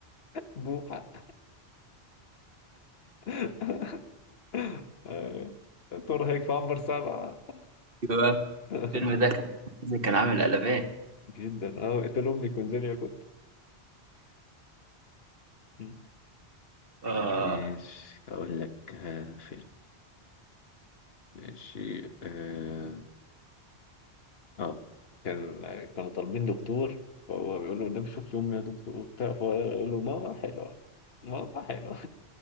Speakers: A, on the left (about 65°); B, on the right (about 55°).
A: بوحة <laughs> آه، ترهق في عنبر سبعة
B: أيوة
A: <laughs>
B: الفيلم ده كان كان عامل قلبان
A: جدا اه اقتل امي كونزيليا كنت <laughs>
B: آه
A: ماشي اقول لك آه، فيلم ماشي اه آه. كان كانوا طالبين دكتور فهو بيقول له قدام شوف لي امي يا دكتور وبتاع فهو يقول له ماما حلوه ماما حلوه